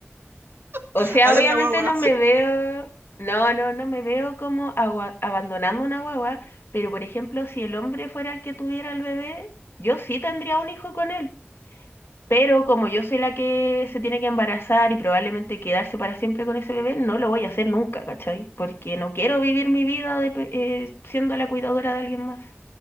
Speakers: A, on the left; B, on the right.
A: O
B: <laughs>
A: sea,
B: Adiós
A: obviamente
B: la guagua.
A: no me
B: sí.
A: veo, no, no, no me veo como agua- abandonando una guagua, pero por ejemplo, si el hombre fuera el que tuviera el bebé, yo sí tendría un hijo con él. Pero como yo soy la que se tiene que embarazar y probablemente quedarse para siempre con ese bebé, no lo voy a hacer nunca, ¿cachai? Porque no quiero vivir mi vida de pe- eh, siendo la cuidadora de alguien más.